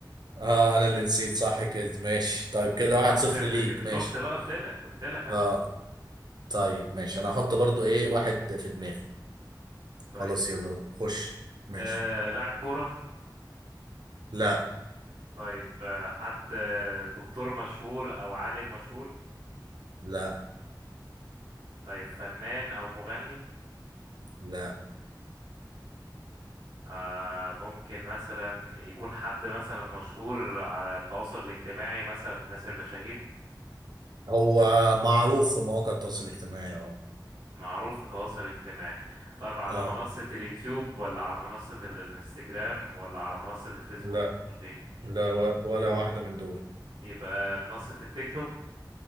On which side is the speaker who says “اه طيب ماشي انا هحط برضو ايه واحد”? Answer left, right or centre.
Right